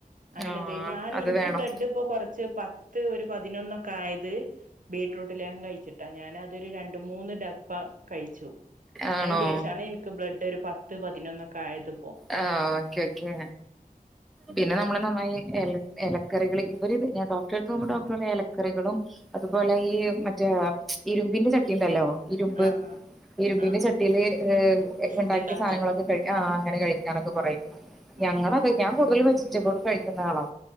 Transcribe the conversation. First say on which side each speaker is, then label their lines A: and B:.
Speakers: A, on the right; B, in the centre.
A: അങ്ങനെ
B: ആഹ്
A: എന്തേ ഞാന്
B: അത്
A: ഇനിക്ക്
B: വേണം
A: ബ്ലഡ് ഇപ്പോ കൊറച്ച് പത്ത് ഒരു പതിനൊന്നൊക്കെ ആയത് ബീറ്റ്റൂട്ട് ലേഹം കഴിച്ചിട്ടാ ഞാനത് അതൊരു രണ്ട് മൂന്ന് ഡപ്പ് പ്പ കഴിച്ചു
B: ആണോ
A: അയിന്റെ ശേഷാണ് എനിക്ക് ബ്ലഡ് ഒരു പത്ത് പതിനൊന്നൊക്കെ ആയത് ഇപ്പോ
B: ആഹ് ഓക്കെ ഓക്കേ പിന്നെ
A: അങ്ങനെ
B: നമ്മള് നന്നായി എല എലക്കറികൾ ഇവരിത് ഞാൻ ഡോക്ടറെടുത്ത് പോകുമ്പോ ഡോക്ടർ പറയും എലക്കറികളും അതുപോലെ ഈ മറ്റെ ഇരുമ്പിന്റെ ച ചട്ടിയുണ്ടല്ലോ ഇരുമ്പ്
A: ആഹ് ആഹ്
B: ഇരുമ്പിന്റെ
A: ആഹ്
B: ചട്ടീല് ഏഹ്
A: ഫുഡ്
B: ഇണ്ടാക്കിയ
A: ഇണ്ടാക്കാ
B: സാധനങ്ങളൊക്കെ കഴിക്കാൻ ആഹ് അങ്ങനെ കഴിക്കാനൊക്കെ
A: ഉം
B: പറയും
A: ഉം
B: ഞങ്ങളത്
A: ഉം
B: ഞാൻ കൂടുതലും വെജിറ്റബിൾ കഴിക്കുന്ന ആളാ